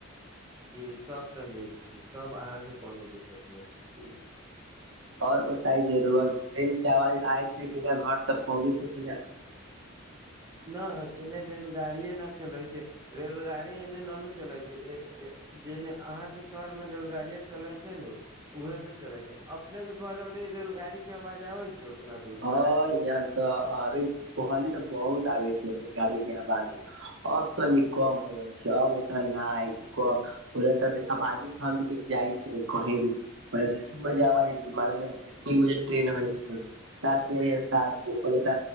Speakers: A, on the right; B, on the right.
A: जी तब तऽ नीक छै तब अहाँके कोनो दिक्कत न छै की
B: ओर बताई जरूर ट्रेन के आवाज आय छै कि नहि घर तक पहुँचे छै कि नहि
A: न एने त गाड़िए न चलै छै रेलगाड़ी एने ननू चलैत छै ए जेने अहाँके शहरमे रेलगाड़ी चलैत छै ने उहे पे चले छै अपने के घर उरी रेलगाड़ी के आवाज आबै छै उतना दूर
B: ह
A: तक
B: यहाँ तऽ आबे छै पहली तऽ बहुत आबे छै रेलगाड़ी के आवाज अब तनि कम होबै छै अब ओतऽ नहि छै क पहिले तऽ आब आजे स्वामी के जाइ छै कही प तीन बजे आबाज जेै तऽ मारै छै तीन बजे ्रेन होइ छै <unintelligible> साथ मेै साथ जै परता